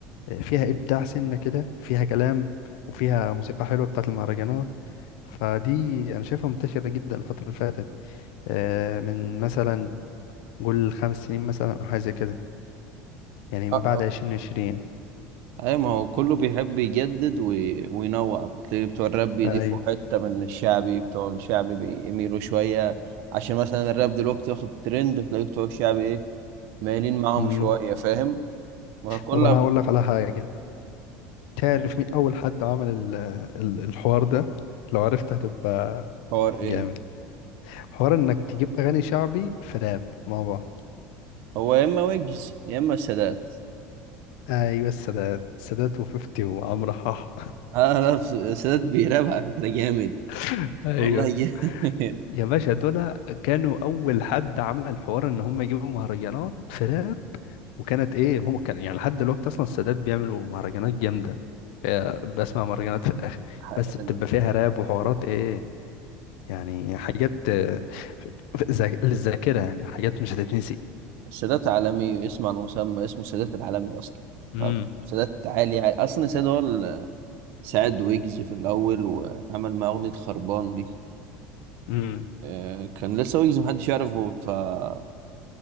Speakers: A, on the left; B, on the right.
A: فيها إبداع سنة كده فيها كلام وفيها موسيقى حلوة بتاعت المهرجانات فدي أنا شايفها منتشرة جدا الفترة اللي فاتت آه، من مثلا قول خمس سنين مثلا أو حاجة زي كده يعني من
B: آه،
A: بعد
B: آه.
A: عشرين عشرين
B: أي ما هو كله بيحب يجدد و... وينوع تلاقي بتوع الراب بيضيفوا
A: اي
B: حتة من الشعبي بتوع الشعبي بيميلوا شوية عشان مثلا الراب دلوقتي واخد ترند تلاقي بتوع الشعبي إيه مايلين معاهم
A: مم.
B: شوية فاهم وكلها
A: طب انا
B: بت...
A: هقول لك على حاجة تعرف مين اول حد عمل ال- ال- الحوار ده لو عرفت هتبقى
B: حوار إيه
A: جامد حوار انك تجيب اغاني شعبي في راب مع بعض
B: هو يا إما ويجز يا إما السادات
A: ايوه السادات السادات وفيفتي وعمرو حاح
B: اه لا الس- السادات بيراب على فكرة جامد
A: <laughs> ايوه
B: والله جامد
A: يا باشا دول كانوا اول حد عمل حوار ان هم يجيبوا مهرجانات في راب وكانت ايه هم كان يعني لحد دلوقتي اصلا السادات بيعملوا مهرجانات جامده آه، بسمع مهرجانات في الاخر
B: <laughs>
A: بس بتبقى فيها راب وحوارات ايه يعني حاجات آه، ف- ذا- للذاكرة يعني حاجات مش هتتنسي
B: السادات عالمي اسم على مسمى اسمه السادات العالمي اصلا
A: امم
B: ف- سادات عالي, عالي اصلا السادات هو اللي ساعد ويجز في الاول وعمل معاه اغنية خربان دي
A: امم
B: آه، كان لسه ويجز محدش يعرفه فكان